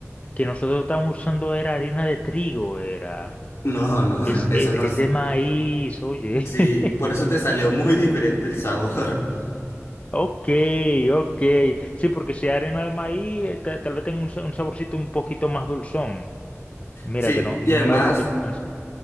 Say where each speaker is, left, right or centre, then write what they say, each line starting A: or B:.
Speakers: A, on the left; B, on the left.
A: que nosotros estamos usando era harina de trigo, era.
B: No, no,
A: Es,
B: <laughs> eso
A: es,
B: no.
A: es
B: es-
A: de maíz, oye.
B: Sí,
A: <laughs>
B: por eso te salió muy diferente el sabor. <laughs>
A: Ok, ok. Sí, porque si hay harina de maíz, eh, ta- tal vez tenga un, sa- un saborcito un poquito más dulzón. Mira,
B: Sí,
A: que no, no
B: y además...
A: me había puesto a pensar.